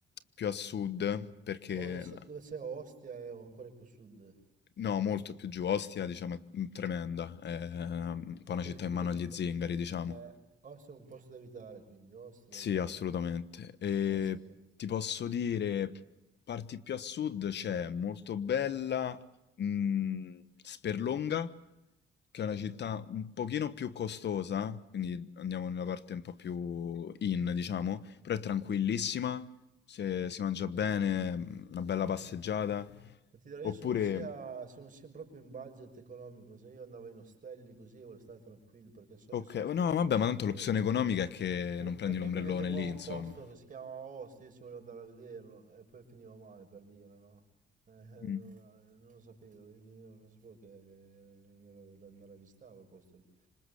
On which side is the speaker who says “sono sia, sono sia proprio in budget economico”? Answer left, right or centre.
Right